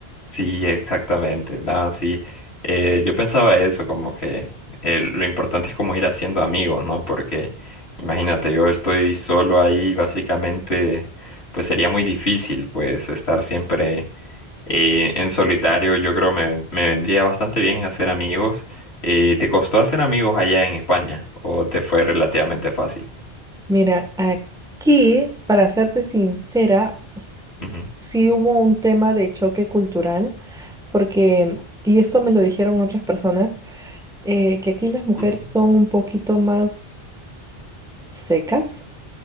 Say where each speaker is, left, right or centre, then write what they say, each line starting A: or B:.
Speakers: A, on the left; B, in the centre.
A: Sí, exactamente. Nada, sí. Eh, yo pensaba eso, como que eh, lo importante es como ir haciendo amigos, ¿no? Porque imagínate, yo estoy solo ahí, básicamente, pues sería muy difícil, pues, estar siempre eh, en solitario. Yo creo me, me vendría bastante bien hacer amigos. Eh, ¿te costó hacer amigos allá en España o te fue relativamente fácil?
B: Mira, aquí, para serte sincera, s-
A: Ujú.
B: sí hubo un tema de choque cultural, porque, y esto me lo dijeron otras personas, eh, que aquí las
A: <laughs>
B: mujeres
A: Ujú.
B: son un poquito más secas,